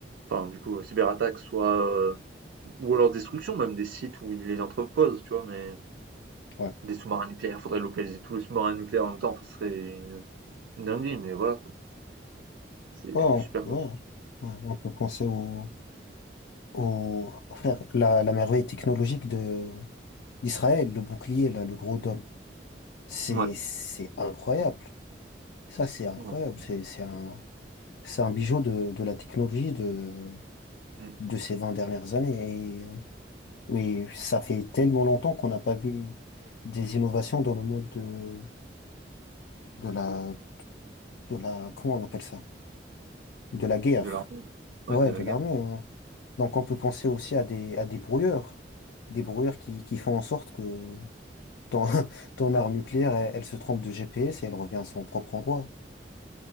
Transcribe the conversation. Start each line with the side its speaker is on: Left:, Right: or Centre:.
Right: enfin, du coup, euh, cyberattaque, soit, euh, ou alors destruction, même des sites où ils les entreposent, tu vois, mais
Left: Ouais.
Right: des sous-marins nucléaires, faudrait localiser tous les sous-marins nucléaires en même temps, ce serait une, une dinguerie, mais voilà, quoi. C'est
Left: Ouais, on,
Right: super
Left: ouais,
Right: compliqué.
Left: ouais, on peut penser au, au, frère, la, la merveille technologique de, d'Israël, le bouclier, là, le gros dôme. C'est,
Right: Ouais.
Left: c'est incroyable. Ça, c'est incroyable.
Right: Non, c'est-
Left: C'est, c'est un, c'est un bijou de, de la technologie de,
Right: Mm.
Left: de ces 20 dernières années. Et oui, ça fait tellement longtemps qu'on n'a pas vu des innovations dans le mode de, de la, de la, comment on appelle ça? De la guerre.
Right: De la, ouais,
Left: Ouais,
Right: de
Left: de
Right: la
Left: l'armée,
Right: guerre.
Left: ouais. Donc on peut penser aussi à des à des brouilleurs, des brouilleurs qui, qui font en sorte que ton, <laughs> ton arme nucléaire, elle, elle se trompe de GPS et elle revient à son propre endroit.